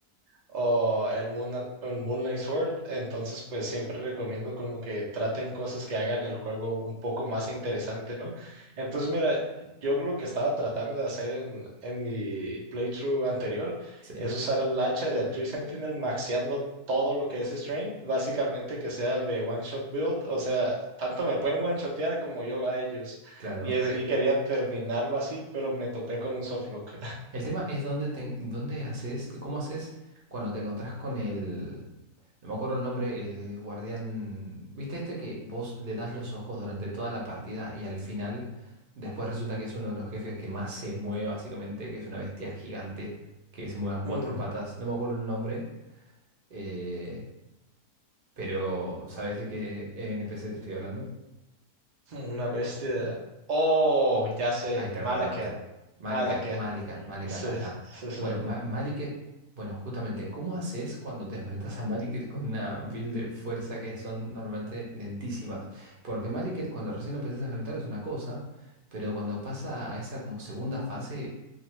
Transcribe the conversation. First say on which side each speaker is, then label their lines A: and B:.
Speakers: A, on the right; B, on the right.
A: o el Moon, el Moonlight Sword, entonces pues siempre recomiendo como que traten cosas que hagan el juego un poco más interesante, ¿no? Entonces mira, yo lo que estaba tratando de hacer en, en mi playthrough anterior
B: Sí,
A: es usar el hacha del Tree Sentinel maxeando todo lo que es Strength, básicamente que sea de one shot build, o sea, tanto me pueden one shotear como yo a ellos.
B: claro.
A: Y, es- y quería terminarlo así, pero me topé con un softlock.
B: El tema es dónde te, dónde haces, cómo haces cuando te encontrás con el, no me acuerdo el nombre, el guardián. ¿Viste este que vos le das los ojos durante toda la partida y al final, después resulta que es uno de los jefes que más se mueve, básicamente, que es una bestia gigante que se mueve a cuatro
A: <laughs>
B: patas. No me acuerdo el nombre. Eh, Pero, ¿sabes de qué NPC te estoy hablando?
A: Una bestia. Oh, ya sé.
B: Ahí te
A: Malekith.
B: acordaste. Malikat,
A: Malekith.
B: Malikat, Malikat,
A: Sí,
B: ahí está.
A: sí, sí. sí.
B: Bueno, Ma- Malikat, bueno, justamente, ¿cómo haces cuando te <laughs> enfrentas a Malikat con una build de fuerza que son normalmente lentísimas? Porque Malikat, cuando recién lo empezás a enfrentar, es una cosa, pero cuando pasa a esa como segunda fase,